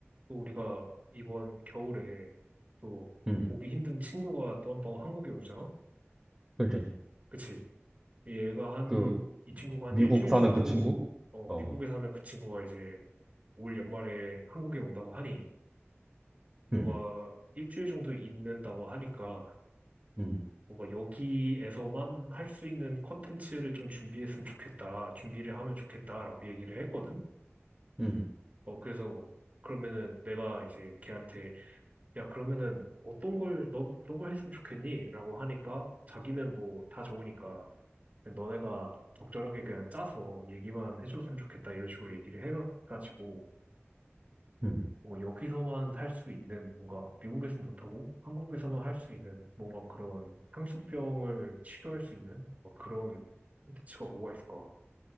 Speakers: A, on the right (about 35°); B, on the right (about 15°).
A: 또 우리가 이번 겨울에 또
B: 음,
A: 보기 힘든 친구가 또 한 번 한국에 오잖아?
B: 그지.
A: 그치? 얘가 한,
B: 그,
A: 이 친구가 한
B: 미국
A: 일주일
B: 사는
A: 정도
B: 그 친구?
A: 어,
B: 어,
A: 미국에 사는 그 친구가 이제 올 연말에 한국에 온다고 하니 뭔가
B: 음,
A: 일주일 정도 있는다고 하니까
B: 음,
A: 뭔가 여기에서만 할 수 있는 컨텐츠를 좀 준비했으면 좋겠다. 준비를 하면 좋겠다라고 얘기를 했거든?
B: 음,
A: 어, 그래서 그러면은 내가 이제 걔한테 야, 그러면은 어떤 걸, 넌 어떤 걸 했으면 좋겠니? 라고 하니까 자기는 뭐 다 좋으니까 그냥 너네가 적절하게 그냥 짜서 얘기만 해줬으면 좋겠다 이런 식으로 얘기를 해가지고
B: 음.
A: 뭐 여기서만 할 수 있는 뭔가 미국에서 못하고 한국에서만 할 수 있는 뭔가 그런 향수병을 치료할 수 있는 뭐 그런 콘텐츠가 뭐가 있을까?